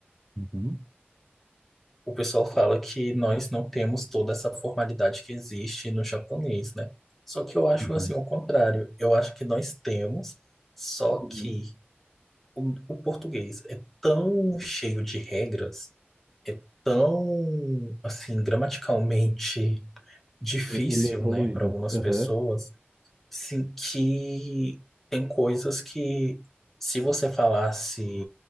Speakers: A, on the right (about 30°); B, in the centre.
A: Uhum,
B: o pessoal fala que nós não temos toda essa formalidade que existe no japonês, né? Só que eu acho
A: uhum,
B: assim, o contrário. Eu acho que nós temos, só
A: Uhum.
B: que o, o português é tão cheio de regras é tão, assim, gramaticalmente difícil,
A: E- Ele é evoluído.
B: né, para algumas
A: Aham,
B: pessoas, sim, que tem coisas que, se você falasse